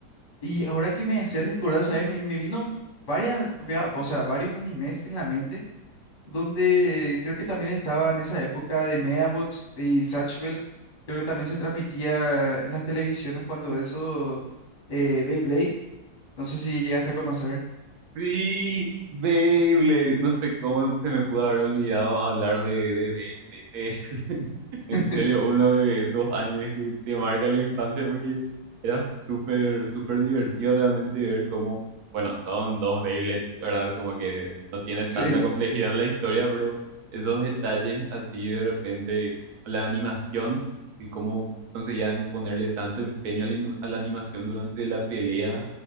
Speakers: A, on the left; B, on the right.
A: Y ahora que me hace recordar, ¿sabes? Me, me vino varias, vea- o sea, varios animes en la mente donde creo que también estaba en esa época de Medabots y Satchel, creo que también se transmitía en las televisiones cuando eso, eh, Beyblade, no sé si llegaste a conocer.
B: Sí, Beyblade. No sé cómo se me pudo haber olvidado hablar de, de Beyblade.
A: <laughs>
B: En serio, uno de esos animes que te marca la infancia porque era súper, súper divertido realmente ver cómo, bueno, son dos Beyblades, ¿verdad? Como que no tiene tanta
A: Sí,
B: complejidad la historia, pero esos detalles así de repente, la animación y cómo conseguían ponerle tanto empeño a la, inu- a la animación durante la pelea